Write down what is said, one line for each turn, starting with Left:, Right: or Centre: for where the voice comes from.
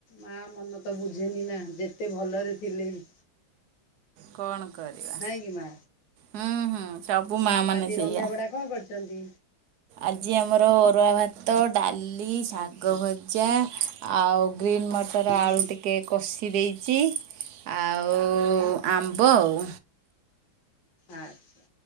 Left: ମାଆ ମନ ତ ବୁଝେନି ନା ଯେତେ ଭଲରେ ଥିଲେ ବି।
Right: କଣ କରିବା।
Left: ନାଇଁ କି ମା
Right: ହୁଁ ହୁଁ ସବୁ
Left: ଆଉ
Right: ମାଆ ମାନେ
Left: ଆଜି
Right: ସେଇଆ।
Left: ରନ୍ଧାବଢ଼ା କଣ କରିଛନ୍ତି
Right: ଆଜି ଆମର ଅରୁଆ ଭାତ, ଡାଲି, ଶାଗ
Left: ଆଚ୍ଛା
Right: ଭଜା। ଆଉ ଗ୍ରୀନ୍ ମଟର
Left: ହୁଁ
Right: ଆଳୁ ଟିକେ କଷି ଦେଇଛି। ଆଉ
Left: ହୁଁ
Right: ଆମ୍ବ ଅଉ
Left: ଆଚ୍ଛା